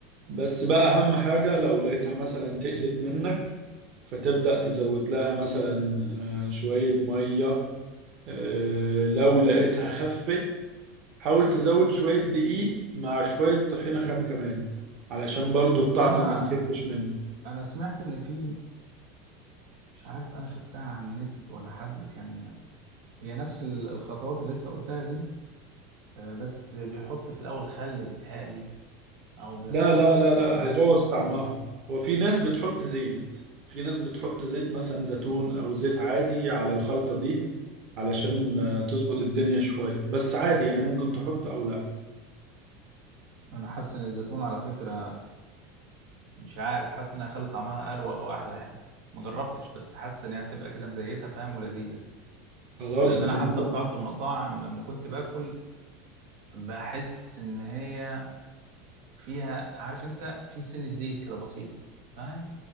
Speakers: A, on the right (about 40°); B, on the right (about 65°).
A: بس بقى أهم حاجة لو لقيتها مثلا تقلت منك فتبدأ تزود لها مثلا آه، شوية مية آه، لو لقيتها خفت حاول تزود شوية دقيق مع شوية طحينة خام كمان علشان برضو
B: بس
A: الطعم
B: انا
A: ما يخفش منك
B: انا سمعت ان في مش عارف انا شفتها على النت ولا حد كان هي نفس ال- الخطوات اللي انت قلتها دي آه، بس بيحط في الاول خل بتهالي او بيحط
A: لا لا لا لا
B: انا
A: هيبوظ
B: ش...
A: طعمها هو في ناس بتحط زيت في ناس بتحط زيت مثلا زيتون او زيت عادي على الخلطة دي علشان آه، تظبط الدنيا شوية بس عادي يعني ممكن تحط او لا
B: انا حاسس ان الزيتون على فكره مش عارف حاسس انها خلي طعمها اروق واحلى يعني ما جربتش بس حاسس ان هي هتبقى كده مزيتها فاهم ولذيذه
A: خلاص
B: لان
A: انت
B: انا حتى
A: ممكن
B: بتاعه المطاعم لما كنت باكل بحس ان هي فيها عارف انت في سنه زيت كده بسيطه فاهم